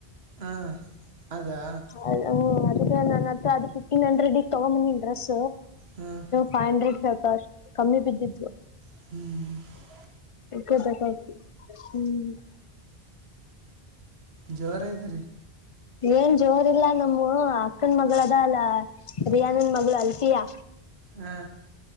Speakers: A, on the right; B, on the left.
A: ಹಾ ಅದಾ
B: ಅ ಹ ಅದಕ್ಕೆ ನಾನತ್ ಅದು ಫಿಫ್ಟೀನ್ ಹಂಡ್ರೆಡ್ಗ್ ತಗೊ್ ಬಂದಿ ಡ್ರೆಸ್
A: ಹಾಂ
B: ಫೈವ್ ಹಂಡ್ರೆಡ್ ರಕ್ ಕಮ್ಮಿ ಬಿದ್ದಿದ್ು
A: ಹ್ಮ್
B: ಹಕಬೇಕಾಯ್ತು ಹ್ಮ್
A: ಜೋರ ಐತೆ ರೀ
B: ಏನ್ ಜೋರ್ ಇಲ್ಲಾ ನಮ್ಮ ಅಕ್ಕನ ಮಗಳ ಅದ ಅಲ್ಲ ರಿಯಾನನ್ ಮಗಳು ಅಲ್ತಿಯಾ
A: ಹಾ